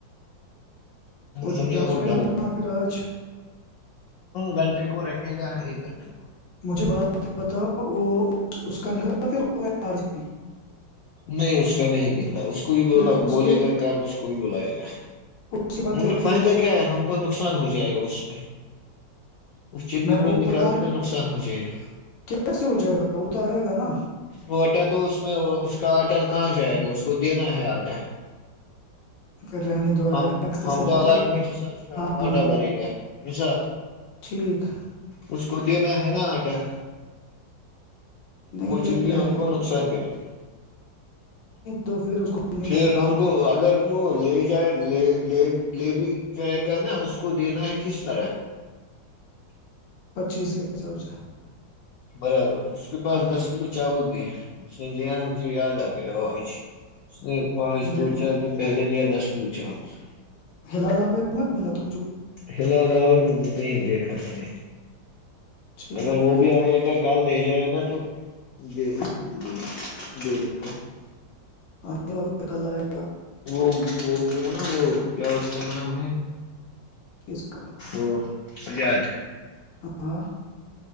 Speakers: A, on the left (about 85°); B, on the left (about 70°).
A: وہ
B: سمج
A: چرچ
B: بتا
A: میں رکھنا پھر آج
B: گنٹ کو رہے ہے گا ایک گٹی کو
A: مجھے بات بتاؤ وہ اس کا نکلتا پھر وہ س
B: نہیں اس کا نہیں نکلا اس کو بھی ب
A: پھر اس
B: بولے
A: کے
B: گا ک اس کو بھی بلائے گا
A: اس کے بدلے
B: مگر فائدہ
A: ایک اور
B: کیا ہے ہم کو نقصان ہو جائے گا اس میں اس چنڈی میں
A: بول
B: نکالنے
A: رہا ہوں
B: میں نقصان ہو جائے گا
A: کیسے ہو جائے گا وہ تو آئے گا نا
B: وہ آٹا تو اس میں اس کا آٹا کہاں جائے گا اس کو دینا ہے آٹا
A: پھر رہنے دو اگر
B: ہم
A: ایکسس
B: ہم
A: ہے
B: تو الٹمنٹ حساب سے
A: ہاں
B: بٹا بنےے گا مثال
A: ٹھیک
B: اس کوودیو میں ہے نا آٹا
A: نہیں
B: وہ
A: پھر رہنے
B: ہم کو
A: دو
B: نقصان کر ٹھیک ہے
A: تو پھر کو نہیں
B: پھر
A: بولنا
B: ہم کو اگر وہ لے جائے بھی جائے گا نا اس کو دینا ہے کس طرح
A: پچیس کے حساب سے
B: برابر اس کے پاس دس کلو چاول بھی ہے اس نے لےیا مجھے یاد آ گیا جی اس نے پانچ دو
A: رہنے
B: چار دن پہلے لیا دس چلوچا اللہ
A: ہلا لو مت ملا ت
B: ہلاال نہیں دیکھا کہ نے
A: ٹھیک
B: اگر وہ بھی آئے گا کل لے جائے گا تو د کو بھی ج جی جی
A: ہاں کا
B: وہ وہ گیا نا وہ کیا اس کا نام ہے
A: کس کا
B: ا یاد
A: ہاں